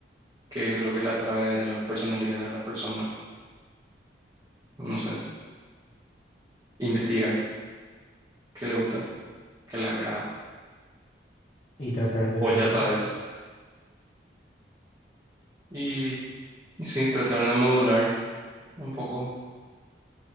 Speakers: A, on the right; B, on the left.
A: qué es lo que le atrae de la personalidad de las personas. No sé, investigar qué le gusta, qué le agrada.
B: Y tratar de
A: O
B: hacer
A: ya
B: eso.
A: sabes. Y, y sí, tratar de modular un poco